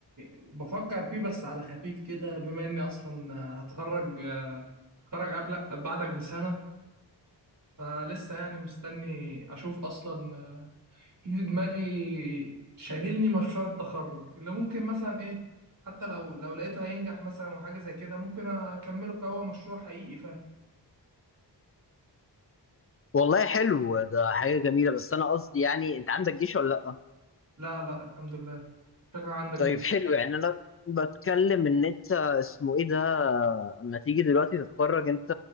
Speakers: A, on the right; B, on the left.
A: بفكر فيه بس على خفيف كده بما اني اصلا هتخرج هتخرج قبل بعدك بسنة فلسه يعني مستني اشوف اصلا في دماغي شاغلني مشروع التخرج اللي ممكن مثلا ايه حتى لو لو لقيته هينجح مثلا وحاجة زي كده ممكن اكمله كهو مشروع حقيقي فعلا
B: والله حلو ده حاجة جميلة بس أنا قصدي يعني أنت عندك جيش ولا لأ؟
A: لا لا الحمد لله شكلك عندك جيش
B: طيب حلو يعني انا بتكلم ان انت اسمه ايه ده اما تيجي دلوقتي تتخرج انت